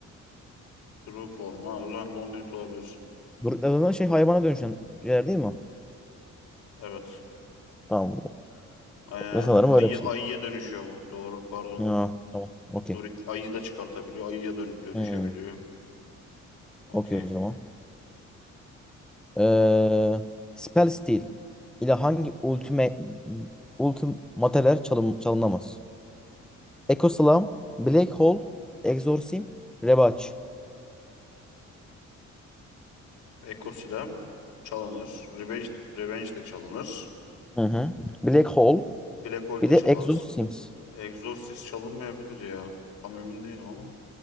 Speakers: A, on the left; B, in the centre.
A: True form. Ha, o zaman Laundrit olabilir.
B: Druid adında şey hayvana dönüşen şeyler değil mi?
A: Evet.
B: Tamam.
A: Aynen
B: Ve sanırım
A: aynen. Ayı,
B: öyle bir şey.
A: ayıya dönüşüyor bu. Doğru pardon.
B: Ha, tamam. Okey.
A: Dorit ayıyı da çıkartabiliyor. Ayıya dön dönüşebiliyor.
B: Hmm,
A: Okey.
B: okey o zaman. Ee, Spell Steel ile hangi ultimate ultimateler çalın, çalınamaz? Ecoslam, Black Hole, Exorcism, Rebaç.
A: Ekosilem çalınır. Revenge, Revenge de çalınır.
B: Hı hı. Black Hole,
A: Black Hole
B: bir
A: de
B: de
A: çalarsın.
B: Exorcisms.
A: Exorcist çalınmayabilir ya. Tam emin değilim ama.